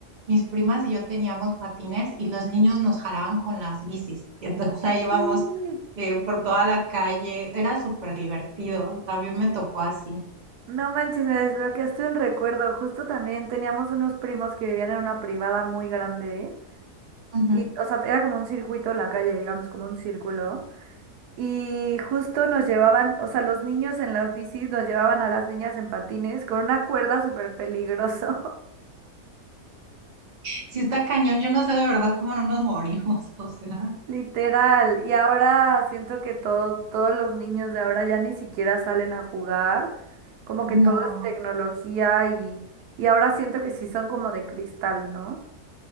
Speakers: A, on the right (about 45°); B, on the right (about 85°).
A: Mis primas y yo teníamos patines y los niños nos jalaban con las bicis. <laughs> Y entonces ahí íbamos
B: sí
A: eh, por toda la calle. Era súper divertido. También me tocó así.
B: No manches, me desbloqueaste un recuerdo. Justo también teníamos unos primos que vivían en una privada muy grande
A: Ujú.
B: y, o sea, era como un circuito la calle, digamos, como un círculo. Y justo nos llevaban, o sea, los niños en las bicis nos llevaban a las niñas en patines con una cuerda súper peligroso,
A: Sí está cañón. Yo no sé de verdad cómo no nos morimos. <laughs> O sea,
B: <laughs> literal. Y ahora siento que todo, todos los niños de ahora ya ni siquiera salen a jugar, como
A: no.
B: que todo es tecnología y, y ahora siento que sí son como de cristal, ¿no?